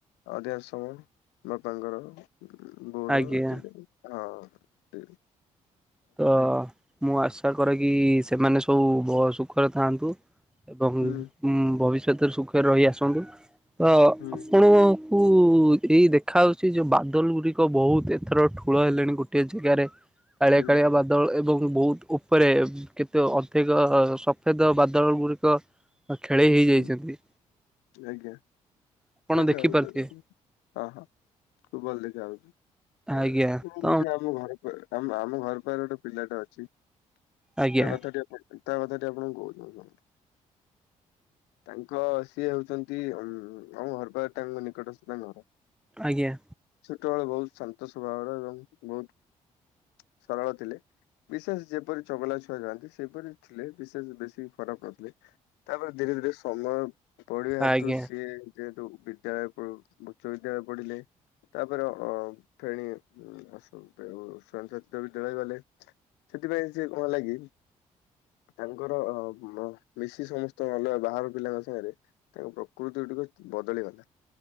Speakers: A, on the left (about 70°); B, in the centre.
A: ଅଧିକାଂସ ସମୟ ବାପାଙ୍କର। ବୋଡ
B: ଆଜ୍ଞା।
A: ଅଛି ତ ହିଁ <unintelligible>
B: ତ ମୁଁ ଆଶା କରେ କି ସେମାନେ ସବୁ ଭ ସୁଖରେ ଥାଆନ୍ତୁ। ଏବଂ
A: ହୁଁ
B: ଭବିଷ୍ୟତରେ ସୁଖରେ ରହି ଆସନ୍ତୁ ତ
A: ହୁଁ
B: ଆପଣ କୁ ଏଇ ଦେଖା ହେଉଛି ଯୋଉ ବାଦଲ ଗୁଡ଼ିକ ବହୁତ ଏଥର ଠୁଳ ହେଲେଣି ଗୋଟିଏ ଜାଗାରେ। ଆରେ
A: ହୁଁ
B: କାଳିଆ ବାଦଳ ଏବଂ ବହୁତ ଉପରେ ଅଛି। କେତେ ଅଧିକ ସଫେଦ ବାଦଲ ଗୁଡିକ ଖେଳେଇ ହେଇଯାଇଛନ୍ତି।
A: ହୁଁ ଆଜ୍ଞା
B: ଆପଣ
A: ଦେଖା
B: ଦେଖିପାରୁଥିବେ
A: ଯାଉଛି ହଁ, ହଁ ଭଲ ଦେଖାଯାଉଛି ୟେ
B: ଆଜ୍ଞା
A: ଆଶୁନ
B: ତ
A: ଗୋଟେ ଆମ ଘରେ ଆମ ଆମ ଘର ପାଖରେ ଗୋଟେ ପିଲାଟା ଅଛି ତା
B: ଆଜ୍ଞା
A: କଥା ଟିକେ ତା କଥା ଟିକେ ଆପଣ କୁହନ୍ତୁ। ତାଙ୍କ ସିଏ ହଉଛନ୍ତି ଆମ ଘର ପାଖ ତାଙ୍କ ନିକଟସ୍ଥ ତାଙ୍କ ଘର।
B: ଆଜ୍ଞା।
A: ଛୋଟବେଳେ ବହୁତ ଶାନ୍ତ ସ୍ଵଭାବର ଏବଂ ବହୁତ ସରଳ ଥିଲେ। ବିଶେଷ ଯେପରି ଚଗଲା ଛୁଆ ଯାଆନ୍ତି ସେପରି ଥିଲେ। ବିଶେଷ ବେଶୀ ଖରାପ ନଥିଲେ। ତା ପରେ ଧୀରେ ଧୀରେ ସମୟ ପଡିବା ହେତୁ
B: ଆଜ୍ଞା
A: ସିଏ ଯେହେତୁ ପ ବିଦ୍ୟାଳୟ ଉଚ୍ଚ ବିଦ୍ୟାଳୟ ପଢିଲେ। ତା ପରେ ଅ ଫେଣି ଅସ ଓ ସ୍ଵୟଂ ଶାସିତ ବିଦ୍ୟାଳୟ ଗଲେ। ସେଥିପାଇଁ ସେ କଣ ହେଲା କି? ତାଙ୍କର ମିଶି ସମସ୍ତ ଅଲଗା ବାହାର ପିଲାଙ୍କ ସାଙ୍ଗରେ ତାଙ୍କ ପ୍ରକୃତି ଗୋଟିକ ବଦଳିଗଲା।